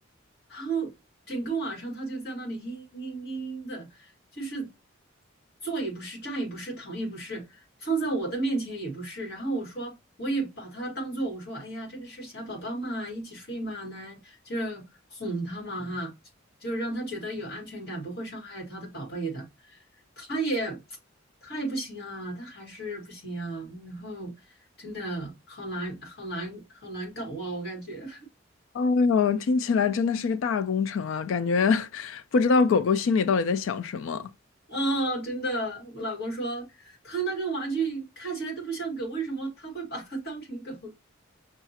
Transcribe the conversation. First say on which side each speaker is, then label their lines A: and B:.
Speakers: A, on the left; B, on the left.
A: 然后整个晚上他就在那里嘤嘤嘤嘤的，就是坐也不是，站也不是，躺也不是，放在我的面前也不是。然后我说，我也把他当做我说，哎呀，这个是小宝宝嘛，一起睡嘛，来就是哄他嘛哈，就是让他觉得有安全感，不会伤害他的宝贝的。他也他也不行啊，他还是不行啊。然后真的好难，好难，好难搞啊，我感觉。
B: 哦哟，听起来真的是个大工程啊，感觉 <laughs> 不知道狗狗心里到底在想什么，
A: 哦，真的，我老公说他那个玩具看起来都不像狗，为什么他会把它 <laughs> 当成狗？